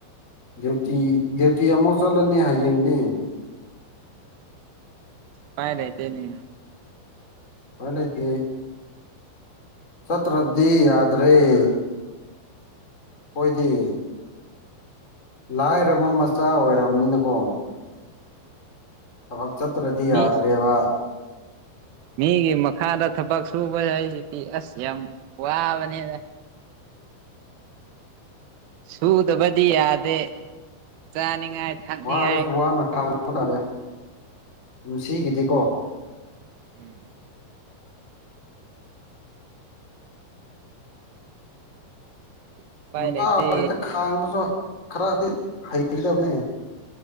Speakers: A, on the left; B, on the right.
A: ꯗꯌꯨꯇꯤ ꯗꯌꯨꯇꯤ ꯑꯃꯨꯛ ꯆꯠꯂꯅꯤ ꯍꯌꯦꯡꯗꯤ
B: ꯄꯥꯏ ꯔꯦꯇꯦꯅꯦ
A: ꯋꯥꯟ ꯑ‌ꯦꯇꯤ ꯆꯠꯇꯔꯗꯤ ꯌꯥꯗ꯭ꯔ‌ꯦ ꯑꯣꯏꯗꯤ ꯂꯥꯏꯔꯕ ꯃꯆꯥ ꯑꯣꯏꯔꯕꯅꯤꯅꯀꯣ ꯊꯕꯛ ꯆꯠꯇ꯭ꯔꯗꯤ
B: ꯃꯤ
A: ꯌꯥꯗ꯭ꯔꯦꯕ
B: ꯃꯤꯒꯤ ꯃꯈꯥꯗ ꯊꯕꯛ ꯁꯨꯕ ꯍꯥꯏꯁꯤꯗꯤ ꯑꯁ ꯌꯥꯝ ꯋꯥꯕꯅꯦꯗ ꯁꯨꯗꯕꯗꯤ ꯌꯥꯗꯦ ꯆꯥꯅꯤꯡꯉꯥꯏ ꯊꯛꯅꯤꯡꯉꯥꯏ
A: ꯋꯥꯔꯁꯨ ꯋꯥꯅ ꯈꯥꯡꯕ ꯇꯥꯔꯦ ꯀꯨꯝꯁꯤꯒꯤꯗꯤꯀꯣ
B: ꯎꯝ ꯎꯄꯥꯏ
A: ꯅꯨꯄꯥ
B: ꯂꯩꯇꯦ
A: ꯑꯣꯏꯔꯤꯗ ꯈꯥꯡꯕꯁꯨ ꯈꯔꯗꯤ ꯍꯩꯒꯗꯧꯕꯅꯦ